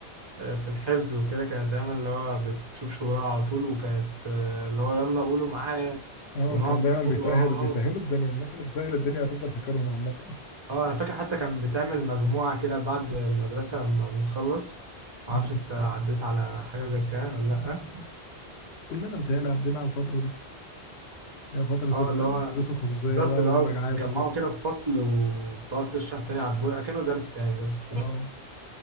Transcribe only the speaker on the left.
اه
كان دايما
بيسهل
بيسهلوا الدنيا الناس اللي بتسهل الدنيا هتفضل فاكرهم عامة
مم.
كلنا بتهيألي عدينا على الفترة دي هي فترة
ال-
الدروس
الخصوصية
بقى
والمراجعات
وكده
اه